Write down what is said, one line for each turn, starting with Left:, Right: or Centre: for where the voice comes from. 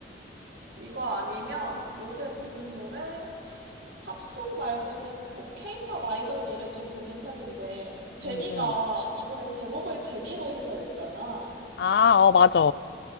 Right: 이거 아니면 요새 듣는 노래, 팝송 말고는 뭐 케이팝 아이돌 노래 좀 듣는 편인데, 제니가
Left: 응, 응.
Right: 이번에 제목을 제니로 해서 냈잖아.
Left: 아, 어, 맞아.